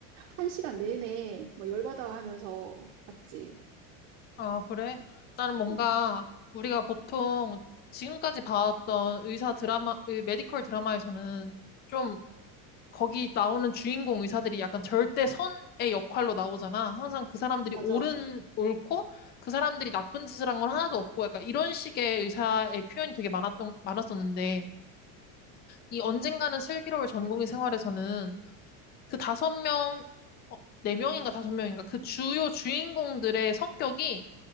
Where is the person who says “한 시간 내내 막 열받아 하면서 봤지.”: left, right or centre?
Right